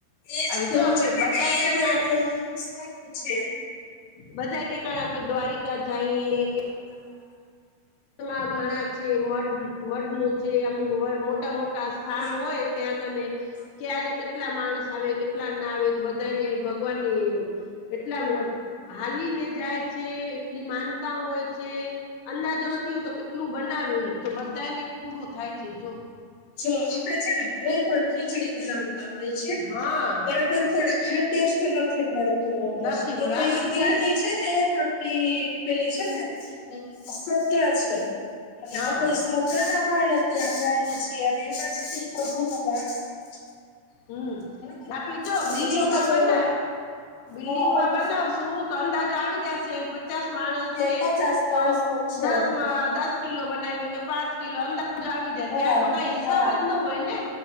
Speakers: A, on the left (about 80°); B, on the left (about 60°).
A: એ
B: હવે
A: કેવું
B: જો આપે
A: છે ને
B: બધા
A: કે એ
B: ઠેકાણ
A: એનો એક શું પૂછે એનો.
B: બધા ઠેકાણ આપે દ્વારિકા જઈએ કે.
A: હા
B: માં ઘણા છે મઢનું છે અમુક મોટ. મોટા મોટા સ્થાન
A: હા
B: હોય ત્યાં કને.
A: હા
B: ક્યારે કેટલા માણસ આવે કેટલા ના આવે બધાને ભગવાનની. એટલા હાલીને જાય છે. એટલી માનતાઓ હોય છે. અંદાજો
A: હા
B: નથી હોયતો કેટલું બનાવે તો બધાને પૂરો થાય છે જો.
A: જો આપડે છે ને ઘરે પણ ખીચડી બનાવતા હોય છે
B: હા
A: બરાબર પણ આ. ટેસ્ટ નથી મળતું હોતો
B: નથી
A: એટલે
B: મળે આપે
A: એ
B: બિલ્ડિંગ
A: ત્યાં. છે ને એક આપડી પેલી છે ને શધા છે. હ
B: હા
A: આપડે શ્રધા ના કારણે ત્યાં જએ છીએ. અને એમાં છે ને એ પ્રભુ નો લસ હોય છે.
B: હમ
A: બરાબર
B: ના
A: ને
B: પી જો
A: અને
B: બિલ્ડીંગમાં
A: તમે
B: બને બિલ્ડીંગમાં
A: હા હા
B: બને
A: માં
B: સુું. તો અંદાજ આવી જશે પચાસ માણસ
A: કે
B: છે
A: પચાસ માણસનું
B: તો
A: જ છે
B: દસ દસ. કિલો બનાવી કે પાંચ કિલો અંદાજ આવી જાય
A: હા
B: ત્યાં તો કઈ હિસાબ
A: હા
B: જ ન હોય ને.